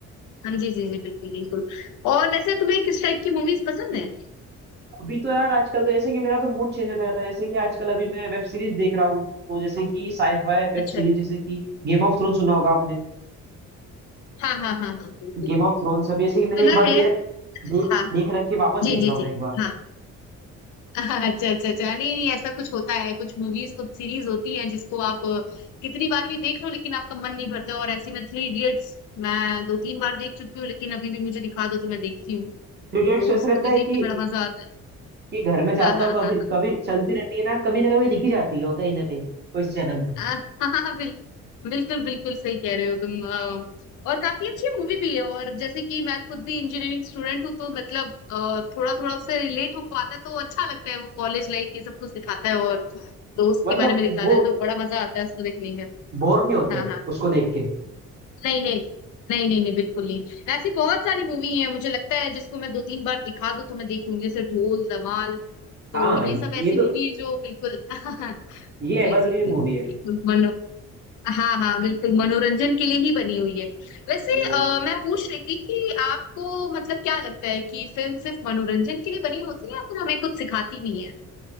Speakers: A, on the left; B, on the right.
A: हाँ, जी जी जी बिल्कुल बिल्कुल और वैसे तुम्हें किस टाइप की मूवीज पसंद है
B: अभी तो यार आजकल तो जैसे कि मेरा तो मूड चेंज होता रहता है जैसे कि आजकल अभी मैं वेब सीरीज देख रहा हूँ तो जैसे कि साईफाई वेब
A: अच्छा
B: सीरीज जैसे कि गेम ऑफ थ्रोन सुना होगा आपने
A: हाँ हाँ हाँ हाँ बिल्कुल बिल्कुल।
B: गेम ऑफ थ्रोन्स अभी जैसे कि मैंने
A: सुना
B: एक बार दिया
A: है
B: देख
A: हाँ
B: देख रख के वापस
A: जी
B: देख
A: जी
B: रहा हूँ
A: जी
B: मैं एक बार
A: हाँ <laughs> अच्छा अच्छा अच्छा नहीं नहीं ऐसा कुछ होता है कुछ मूवीज कुछ सीरीज होती है जिसको आप अ, कितनी बार भी देख लो लेकिन आपका मन नहीं भरता और ऐसी में थ्री इडियट्स मैं दो तीन बार देख चुकी हूँ लेकिन अभी भी मुझे दिखा दो तो मैं देखती हूँ
B: पीरियड्स
A: तो
B: ऐसा
A: उसको
B: रहता
A: भी
B: है कि
A: देख के बड़ा मजा आता है
B: कि घर में जाता
A: हाँ हाँ
B: हूँ कभी
A: हाँ
B: कभी चलती रहती है ना कभी ना कभी दिखी जाती है वो कहीं ना कहीं कोई से चैनल पे
A: <laughs> हाँ हाँ बिल, बिल्कुल बिल्कुल सही कह रहे हो तुम अ, और काफी अच्छी मूवी भी है और जैसे कि मैं खुद भी इंजीनियरिंग स्टूडेंट हूँ तो मतलब थोड़ा थोड़ा उससे रिलेट हो पाता है तो अच्छा लगता है वो कॉलेज लाइफ ये सब कुछ दिखाता है और दोस्त
B: मतलब
A: के बारे में दिखाता
B: वो
A: है तो बड़ा मजा आता है उसको देखने
B: बोर नहीं
A: का
B: होते
A: हाँ हाँ
B: उसको देख के
A: नहीं नहीं नहीं नहीं नहीं बिल्कुल नहीं ऐसी बहुत सारी मूवी है मुझे लगता है जिसको मैं दो तीन बार दिखा दूं तो मैं देखूंगी जैसे ढोल धमाल तो
B: हाँ
A: ये सब
B: ये
A: ऐसी
B: तो
A: मूवी है जो बिल्कुल <laughs>
B: ये
A: जी
B: एवरग्रीन
A: जी जी
B: मूवी है
A: बिल्कुल हाँ हाँ बिल्कुल मनोरंजन के लिए ही बनी हुई है वैसे
B: ये वाले
A: अ, मैं पूछ रही थी कि आपको मतलब क्या लगता है कि फिल्म सिर्फ मनोरंजन के लिए बनी होती है या फिर हमें कुछ सिखाती नहीं है